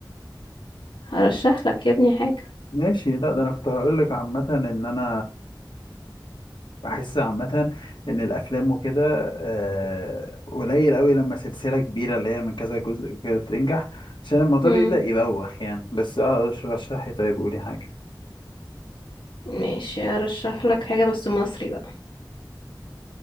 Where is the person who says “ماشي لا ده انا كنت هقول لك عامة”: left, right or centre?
Left